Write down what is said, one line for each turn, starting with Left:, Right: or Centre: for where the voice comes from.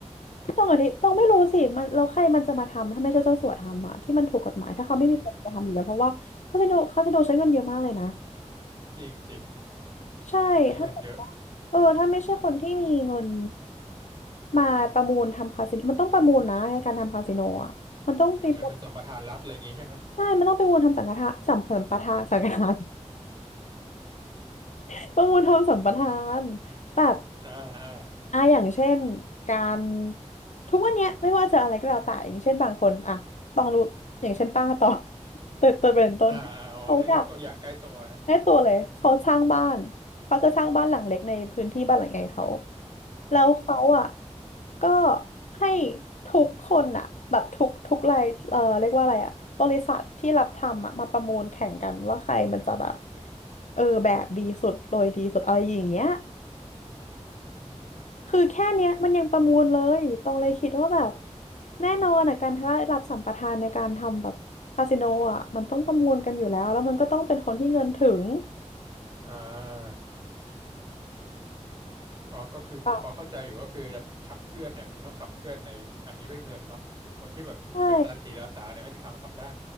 Left: ต้องอธิต้องไม่รู้สิมันเราใครมันจะมาทำถ้าไม่ใช่เจ้าสัวทำอ่ะที่มันถูกกฎหมายถ้าเขาไม่มีคนมาทำอยู่แล้วเพราะว่าคาสิโนคาสิโนใช้เงินเยอะมากเลยนะ
Right: อืมอืมจริงจริง
Left: ใช่ถ้าเกิดว่าเออถ้าไม่ใช่คนที่มีเงิน
Right: ใช้เงินเยอะ
Left: มาประมูลทำคาสิโนมันต้องประมูลนะในการทำคาสิโนอ่ะมันต้องมี
Right: อืมมันเป็นสัมปทานรัฐอะไรอย่างงี้ใช่ไหม
Left: ใช่มันต้องไประมูลทำสังฆทานสัมสัมปทานสังฆทาน <laughs> ประมูลทำสัมปทานแบบ
Right: อ่าอ่า
Left: อ่ะอย่างเช่นการทุกวันเนี้ยไม่ว่าจะอะไรก็แล้วแต่อย่างเช่นบางคนอ่ะต้องรู้อย่างเช่นป้าตอง <laughs> เติร์เติร์เป็นต้น
Right: อ่าอ่าอ๋อนี่ยกตัวอย่างใกล้ตัวนะ
Left: เขาอยากได้ตัวเลยเขาสร้างบ้านเขาจะสร้างบ้านหลังเล็กในพื้นที่บ้านหลังใหญ่เขา แล้วเขาอ่ะ
Right: อืมอืม
Left: ก็ให้ทุกคนอ่ะแบบทุกทุกรายเอ่อเรียกว่าอะไรอ่ะบริษัทที่รับทำอ่ะมาประมูลแข่งกันว่าใครมันจะแบบเออแบบดีสุดโรยดีสุดอะไรอย่างเงี้ย
Right: อืมอหือ
Left: คือแค่เนี้ยมันยังประมูลเลยตรงเลยคิดว่าแบบแน่นอนอ่ะการได้รับสัมปทานในการทำแบบคาสิโนอ่ะมันต้องประมูลกันอยู่แล้วแล้วมันก็ต้องเป็นคนที่เงินถึง
Right: อ่า อ๋อก็คือพอเข้าใจอยู่ก็คือจะขับเคลื่อนเนี่ยมันต้องขับเคลื่อนในอันนี้ด้วยเงินเนาะคนที่แบบเป็นตาสีตาสาเนี่ยไม่มีทางทำได้
Left: ป่ะใช่